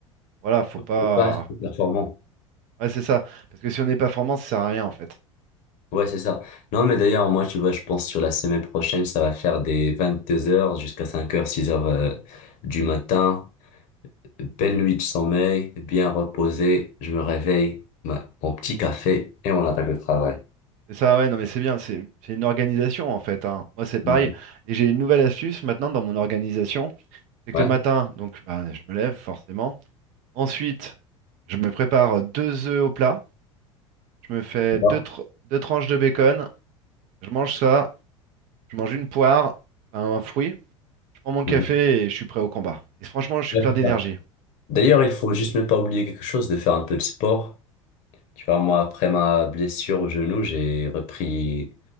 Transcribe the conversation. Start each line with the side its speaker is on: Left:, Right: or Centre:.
Right: voilà, faut pas.
Left: C'est pas assez performant.
Right: Ouais, c'est ça. Parce que si on n'est pas formant, ça sert à rien en fait.
Left: Ouais, c'est ça. Non, mais d'ailleurs, moi, tu vois, je pense sur la semaine prochaine, ça va faire des 22 heures jusqu'à cinq heures six heures euh, du matin. Belle nuit de sommeil, bien reposé. Je me réveille, ma- mon petit café et on attaque le travail.
Right: C'est ça, ouais, non mais c'est bien, c'est c'est une organisation en fait. hein. Moi, c'est pareil.
Left: Mhm.
Right: Et j'ai une nouvelle astuce maintenant dans mon organisation, c'est que
Left: Ouais,
Right: le matin, donc bah, je me lève forcément. Ensuite, je me prépare deux œufs au plat. Je me fais
Left: d'accord.
Right: deux, tr- deux tranches de bacon. Je mange ça. Je mange une poire, enfin, un fruit. Je prends mon café
Left: Mhm.
Right: et je suis prêt au combat. Et franchement, je suis
Left: Ouais,
Right: plein
Left: c'est
Right: d'énergie.
Left: ça. D'ailleurs, il faut juste ne pas oublier quelque chose, de faire un peu de sport. Tu vois, moi, après ma blessure au genou, j'ai repris